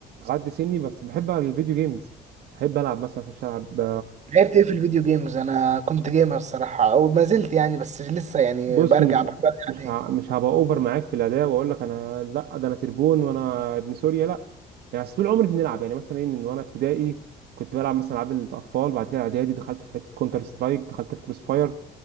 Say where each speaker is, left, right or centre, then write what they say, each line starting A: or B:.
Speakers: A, on the right (about 70°); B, on the right (about 45°).
A: على قد سني بس بحب العب الفيديو جيمز بحب العب مثلا اخش العب
B: لعبت ايه في الفيديو جيمز انا كنت جيمر الصراحه او ما زلت يعني بس لسه يعني
A: بص
B: برجع
A: مش
B: برجع
A: مش
B: تاني
A: ه- مش هبقى اوفر معاك في الاداء واقول لك انا لا ده انا تربون وانا ابن سوريا لا يعني بس طول عمري بنلعب يعني مثلا ايه من وانا ابتدائي كنت بلعب مثلا العاب الاطفال بعد كده اعدادي دخلت في حته كونتر سترايك دخلت في كروس فاير